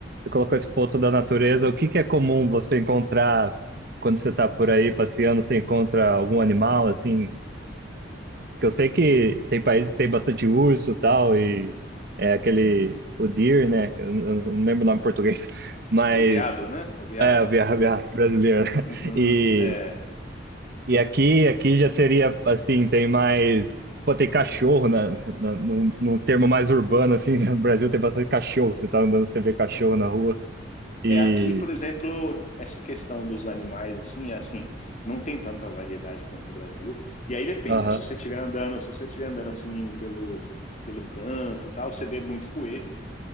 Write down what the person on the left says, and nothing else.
O veado, né? O veado.
Uhum,
é.
É, aqui, por exemplo, essa questão dos animais, assim, é assim, não tem tanta variedade quanto no Brasil. E aí depende,
né? Se você estiver andando, se você estiver andando assim pelo, pelo campo, e tal, você vê muito coelho.